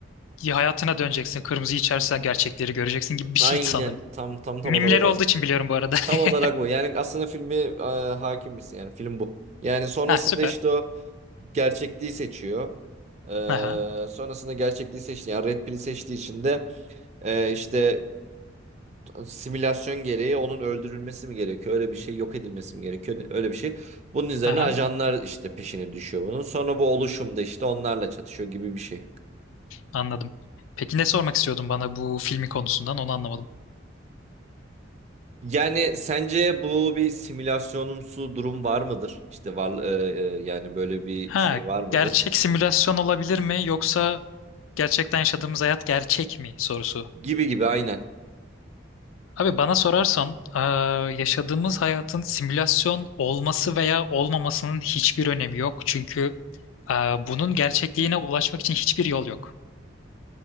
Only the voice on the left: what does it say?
hayatına döneceksin. Kırmızı içersen gerçekleri göreceksin gibi bir
şeydi sanırım.
Mimleri
olduğu için biliyorum bu arada.
<laughs>
Ha süper.
Aha.
Aha.
Anladım. Peki ne sormak istiyordun bana bu filmin konusundan onu anlamadım.
Ha,
gerçek simülasyon olabilir mi yoksa gerçekten yaşadığımız hayat gerçek mi sorusu.
Abi bana sorarsan eee, yaşadığımız hayatın simülasyon olması veya olmamasının hiçbir önemi yok. Çünkü eee, bunun gerçekliğine ulaşmak için hiçbir yol yok.